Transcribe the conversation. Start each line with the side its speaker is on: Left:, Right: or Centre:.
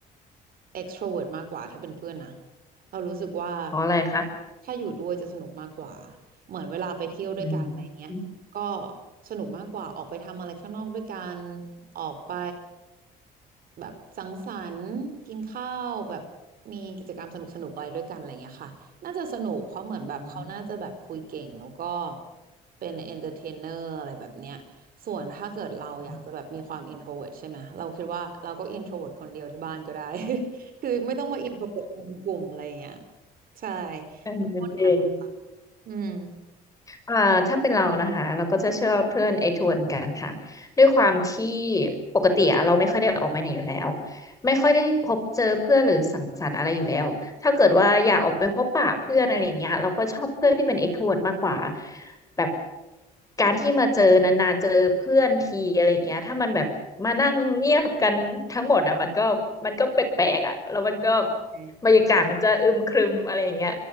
Right: extrovert มากกว่าถ้าเป็นเพื่อนนะเรารู้สึกว่า
Left: เพราะอะไรคะ
Right: ถ้าอยู่ด้วยจะสนุกมากกว่าเหมือนเวลาไปเที่ยวด้วยกันอะไรเงี้ยก็
Left: อืมอืม
Right: สนุกมากกว่าออกไปทำอะไรข้างนอกด้วยกันออกไปแบบสังสรรค์กินข้าวแบบมีกิจกรรมสนุกสนุกอะไรด้วยกันอะไรเงี้ยค่ะน่าจะสนุกเพราะเหมือนแบบเขาน่าจะแบบคุยเก่งแล้วก็
Left: อืม
Right: เป็นเอนเตอร์เทนเนอร์อะไรแบบเนี้ยส่วนถ้าเกิดเราอยากจะแบบมีความ
Left: อืม
Right: introvert ใช่ไหมเราคิดว่าเราก็ introvert คนเดียวที่บ้านก็ได้ คือไม่ต้องมาอินโทรเวิร์ตเป็นกลุ่มอะไรอย่างเงี้ยใช่
Left: จริง
Right: แล้วก็แอมอะค่ะอืม
Left: อ่าถ้าเป็นเรานะคะเราก็จะเชื่อเพื่อนไอ้ทวนกันค่ะด้วยความที่ปกติอะเราไม่ค่อยได้ออกไปไหนอยู่แล้วไม่ค่อยได้พบเจอเพื่อนหรือสังสรรค์อะไรอยู่แล้วถ้าเกิดว่าอยากออกไปพบปะเพื่อนอะไรอย่างเงี้ยเราก็ชอบเพื่อนที่เป็นเอ็กโทรดมากกว่าแบบการที่มาเจอนานๆเจอเพื่อนทีอะไรอย่างเงี้ยถ้ามันแบบมานั่งเงียบกันทั้งหมดอ่ะมันก็มันก็แปลกๆอ่ะแล้วมันก็
Right: โอเค
Left: บรรยากาศมันจะอึมครึมอะไรอย่างเงี้ย